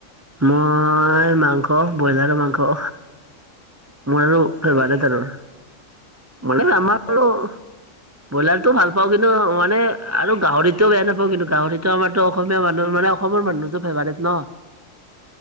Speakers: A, on the right (about 20°); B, on the left (about 60°).
A: মই মাংস ব্ৰইলাৰৰ মাংস। মোৰ আৰু
B: অ বৰাৰ
A: ফেবাৰেট আৰু মানে
B: অ
A: আমাৰ
B: ব্ৰইলাৰ
A: আৰু ব্ৰইলাৰ ও ভাল পাওঁ কিন্তু, মানে আৰু গাহৰিতোও বেয়া নাপাওঁ কিন্তু গাহৰিতটো আমাৰো অসমীয়া মানুহ মানে অসমৰ মানুহতটো ফেভাৰেট ন?